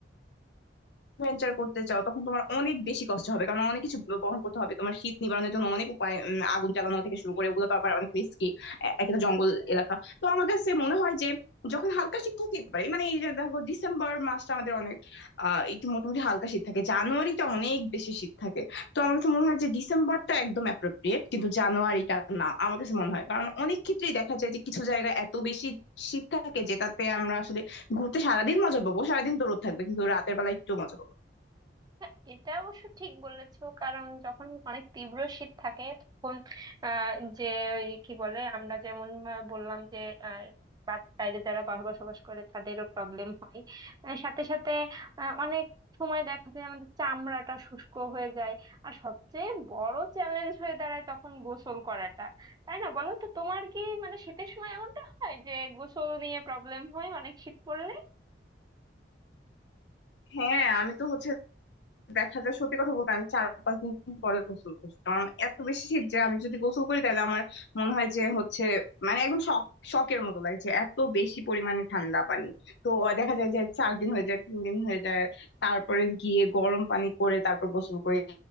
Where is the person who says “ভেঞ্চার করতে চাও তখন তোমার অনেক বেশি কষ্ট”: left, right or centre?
Left